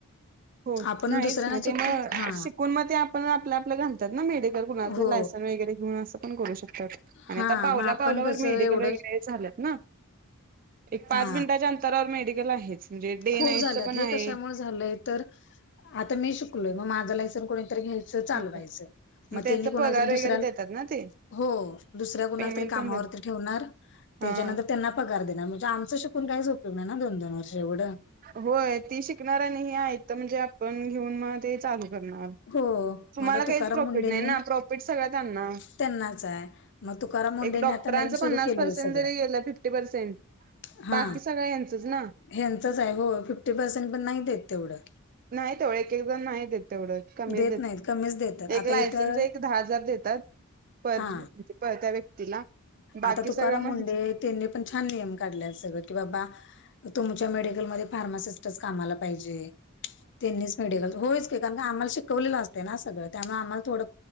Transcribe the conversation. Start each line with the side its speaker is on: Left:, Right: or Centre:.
Right: हो,
Left: आपण
Right: नाहीच
Left: दुसऱ्यांना
Right: ना
Left: चुकीच
Right: ते म,
Left: हा
Right: शिकून मग ते आपण आपलं आपलं घालतात ना मेडिकल कुणा
Left: हो
Right: च लायसन वगैरे घेऊन असं पण करू शक आणि
Left: हा
Right: आता पावला
Left: मग आपण
Right: पावलावर
Left: कसं
Right: मेडिकल
Left: एवढं
Right: वगैरे झाल्यात ना? एक पाच
Left: हा
Right: मिनिटाच्या अंतरावर मेडिकल आहेच, म्हणजे डे
Left: खूप
Right: नाईटच
Left: झाल्यात
Right: पण
Left: हे
Right: आहे.
Left: कशामुळे झालंय तर, आता मी शिकलोय म माझा लायसन कुणी तर घ्यायचं चालवायचं,
Right: मग
Left: मग
Right: त्यांचा
Left: त्यांनी कुणाला
Right: पगार
Left: तर दुसऱ्या
Right: वगैरे देतात ना ते
Left: हो, दुसऱ्या कुणाला
Right: पेमेंट
Left: तरी कामावरती
Right: पण देतात
Left: ठेवणार, त्याच्यानंतर
Right: हा
Left: त्यांना पगार देणार, म्हणजे आमचं शिकून काहीच उपयोग नाही ना दोन दोन वर्ष एवढं?
Right: होय, ती शिकणार आणि ही आयतं म्हणजे आपण घेऊन म ते चालू करणार,
Left: हो
Right: तुम्हाला
Left: मग आता तुकाराम
Right: काहीच प्रॉफिट
Left: मुंडेंनी
Right: नाही ना? प्रॉफिट सगळं त्यांना
Left: त्यांनाच आहे मग तुकाराम मुंडेंनी
Right: एक डॉक्टरांचं
Left: आता नवीन सुरू
Right: पन्नास
Left: केलंय
Right: पर्सेंट
Left: सगळं
Right: जरी गेलं, फिफ्टी पर्सेंट
Left: हा
Right: बाकी सगळं यांचंच ना.
Left: ह्यांचच आहे,, हो फिफ्टी पर्सेंट पण नाही देत तेवढं.
Right: नाही तेवढ, एक एक जण नाही देत तेवढं. कमीच
Left: देत
Right: देतात,
Left: नाहीत कमीच देतात
Right: एक
Left: आता
Right: लायसन्स
Left: इथं
Right: एक दहा हजार देतात, पर
Left: हा
Right: पळत्या व्यक्तीला. बाकी
Left: आता तुकाराम
Right: सगळं माहित
Left: मुंडे, त्यांनी पण छान नियम काढले सगळं, की बाबा तुमच्या मेडिकलमध्ये फार्मासिस्टच कामाला पाहिजे, त्यांनीच मेडिकल होयच की कारण की आम्हाला शिकवलेलं असतय ना सगळं त्यामुळे आम्हाला थोडं